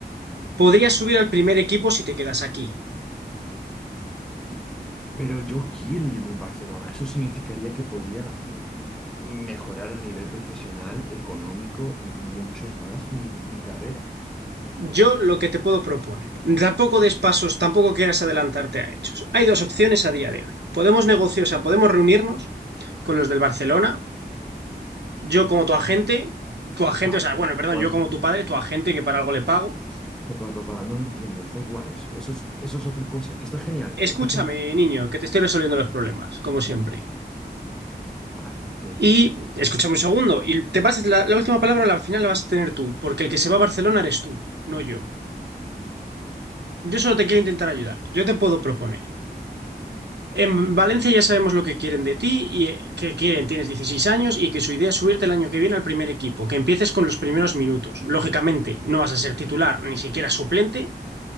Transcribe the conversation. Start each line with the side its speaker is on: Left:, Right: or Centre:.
Right: podrías subir al primer equipo si te quedas aquí.
Centre: pero yo quiero irme al Barcelona. Eso significaría que podría mm, mejorar a nivel profesional, económico y muchos más mi, mi carrera.
Right: Yo lo que te puedo proponer. Tampoco des pasos, tampoco quieras adelantarte a hechos. Hay dos opciones a día de hoy. Podemos negociar, o sea, podemos reunirnos con los del Barcelona, yo como tu agente, tu agente,
Centre: No,
Right: o sea, bueno, perdón,
Centre: papá,
Right: yo como tu padre, tu agente que para algo le pago.
Centre: papá, papá, no lo entiendes. Da igual eso. Eso es, eso es otra cosa, que está genial.
Right: Escúchame,
Centre: Está genial.
Right: niño, que te estoy resolviendo los problemas, como siempre.
Centre: Vale, dime.
Right: Y escúchame un segundo, y te vas la, la última palabra al final la vas a tener tú, porque el que se va a Barcelona eres tú, no yo. Yo solo te quiero intentar ayudar. Yo te puedo proponer. En Valencia ya sabemos lo que quieren de ti y eh, que quieren, tienes 16 años y que su idea es subirte el año que viene al primer equipo, que empieces con los primeros minutos. Lógicamente, no vas a ser titular, ni siquiera suplente,